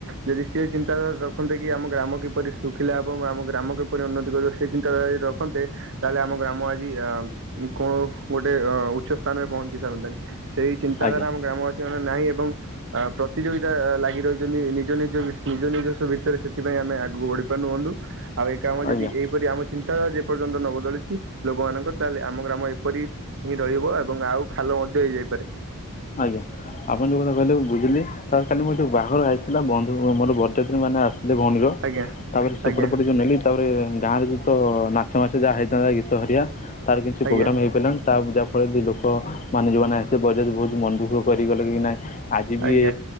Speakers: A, on the right; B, on the left.
A: ଯଦି ସିଏ ଚିନ୍ତାଧାରା ରଖନ୍ତେ କି ଆମ ଗ୍ରାମ କିପରି ଶୁଖିଲା ହେବ ଆମ ଗ୍ରାମ କିପରି ଉନ୍ନତି କରିବ ସେ ଚିନ୍ତା ଯଦି ରଖନ୍ତେ ତାହେଲେ ଆମ ଗ୍ରାମ ଆଜି ଆ କଣ ଗୋଟେ ଅ ଉଚ୍ଚ ସ୍ଥାନରେ ପହଞ୍ଚି ସାରନ୍ତାନି। ସେଇ ଚିନ୍ତାଧାରା
B: ଆଜ୍ଞା
A: ଆମ ଗ୍ରାମବାସୀ ମାନେ ନାହିଁ ଏବଂ ଆ ପ୍ରତିଯୋଗିତା ଲାଗି ରହିଛନ୍ତି ନିଜ ନିଜ ନିଜ ନିଜ ଭିତରେ ସେଥିପାଇଁ ଆମେ ଆଗକୁ ବଢି ପରିନୁ ବନ୍ଧୁ ଆଉ ଏକାମ ଯଦି
B: ଆଜ୍ଞା।
A: ଏହିପରି ଆମ ଚିନ୍ତାଧାରା ଯେ ପର୍ଯ୍ୟନ୍ତ ନବଦଳି ଲୋକମାନଙ୍କର ତାହେଲେ ଆମ ଗ୍ରାମ ଏପରି ହିଁ ରହିବ ଏବଂ ଆଉ ଖାଲ ମଧ୍ୟ ହେଇଯାଇପାରେ।
B: ଆଜ୍ଞା ଆପଣ ଯୋଉ କଥା କହିଲେ ବୁଝିଲି ତ କାଲି ମୁଁ ଯୋଉ ବାଘର ଆଇଥିଲା ବନ୍ଧୁ ମୋର ବରଯାତ୍ରୀ ମାନେ ଆସିଥିଲେ ଭଉଣୀର
A: ଆଜ୍ଞା
B: ତାପରେ ସେପଟେ
A: ଆଜ୍ଞା
B: ପଟେ ଯୋଉ ନେଲି ତାପରେ ଗାଁରେ ଯୁଉ ତ ନାଚ ମାଚ ଯାହା ହେଇଥାନ୍ତା ଗୀତ ହେରିକ ତାର କିଛି
A: ଆଜ୍ଞା
B: ପ୍ରୋଗ୍ରାମ ହେଇ ପାରିଲାଣି। ତା ବୁଝାଫଳରେ କି ଲୋକ ମାନେ ଯୁମାନେ ବରଯାତ୍ରୀ ବହୁତ ମନ ଦୁଃଖ କରିଗଲେ କି ନାଇଁ ଆଜି ବି
A: ଆଜ୍ଞା